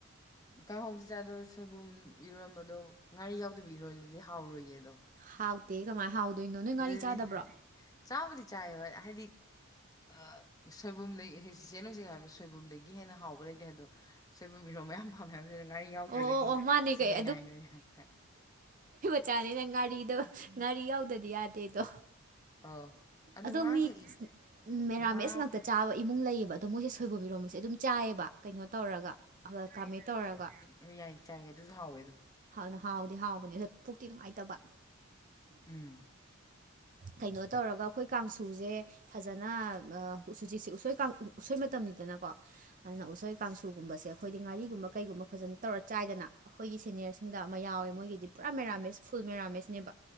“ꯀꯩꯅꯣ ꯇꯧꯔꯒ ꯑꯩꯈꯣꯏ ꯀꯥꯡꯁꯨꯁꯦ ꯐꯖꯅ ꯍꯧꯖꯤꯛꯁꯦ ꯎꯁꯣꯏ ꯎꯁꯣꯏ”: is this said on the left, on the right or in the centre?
Right